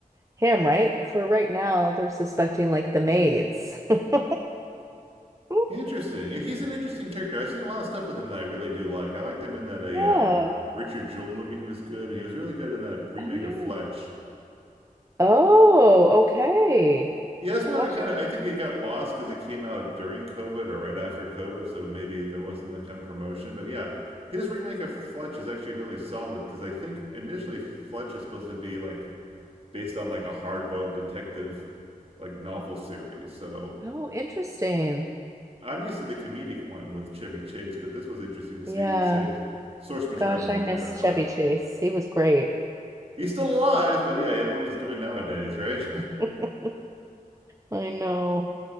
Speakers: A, on the right; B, on the right.
A: him, right? For right now, they're suspecting like the maids. <laughs> Oh,
B: Interesting. Yeah, he's an interesting character. I've seen a lot of stuff with him that I really do like. I liked him in that a
A: Yeah.
B: uh, Richard Jewell movie. He was good, and he was really good in that remake
A: Oh yeah.
B: of Fletch.
A: Oh, okay.
B: Yeah, that's one
A: Gosh,
B: that kind
A: it's
B: of I think it got lost because it came out during COVID or right after COVID, so maybe there wasn't that kind of promotion. But yeah, his remake of Fletch is actually really solid because I think initially Fletch is supposed to be like based on like a hard boiled detective like novel series. So
A: oh interesting.
B: I'm used to the comedic one with Chevy Chase, but this was interesting to see
A: Yeah.
B: the same source material
A: Gosh,
B: in
A: I
B: a
A: miss
B: different
A: Chevy
B: light.
A: Chase. He was great.
B: He's still alive, but yeah, I don't know what he's doing nowadays, right?
A: <laughs> I know.